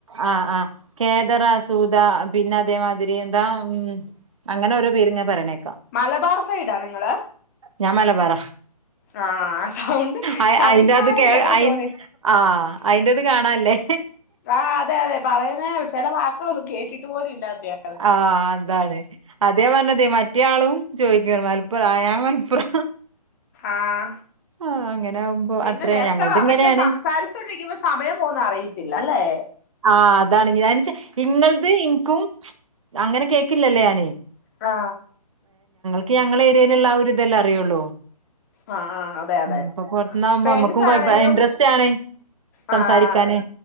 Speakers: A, on the right; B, on the left.
A: ആ ആ കേദാറാ സൂദ പിന്നെ അതേ മാതിരി എന്താ ഉം അങ്ങനെ ഓരോ പേര് ഇങ്ങനെ <unintelligible>
B: മലബാർ സൈഡാ നിങ്ങള്
A: ഞാൻ മലബാറ
B: ആഹ് സൗണ്ട്
A: ആ
B: സംസാരം
A: അയിന്റെ ആത് കേറി
B: കേട്ടപ്പോ
A: <unintelligible>
B: തോന്നി
A: ആ അയിൻ്റെത് കാണാല്ലേ
B: ആ അതെ അതെ പറയുന്നേ ചില വാക്കുകളൊന്നും കേട്ടിട്ട് പോലും ഇല്ലാത്തെയന്ന്.
A: ആഹ് അതാണ് അതപറഞ്ഞത് മറ്റേയാളും ചോദിക്കണ് മലപ്പുറ ആ ഞാൻ മലപ്പുറ
B: ആഹ്
A: ആ അങ്ങനെ ആകുമ്പോ
B: പിന്നെ
A: അത്രയാ
B: രസവാ
A: ഞങ്ങളത് ഇങ്ങനെയാണ്
B: പക്ഷെ സംസാരിച്ചോണ്ടിരിക്കുമ്പോ സമയം പോകുന്ന അറിയത്തില്ല അല്ലേ
A: ആ അതാണ് <unintelligible> ഇങ്ങളത് <unintelligible> ക്കും അങ്ങനെ കേക്കില്ലല്ലേ ഞാന്
B: ആ
A: ക്ക് ഞങ്ങളെ ഏരിയയിലുള്ള ആ ഒരിതല്ലെ അറിയുള്ളൂ.
B: ആ ആ അതെ അതെ
A: ഉം ഇപ്പൊ പുറത്തുന്നാവുമ്പോ
B: ഫ്രണ്ട്സ്
A: നമ്മുക്കും കൊഴപ്പ
B: ആണേലും
A: ഇൻട്രസ്റ്റ് ആണ് സംസാരിക്കാന്
B: ആ അതെ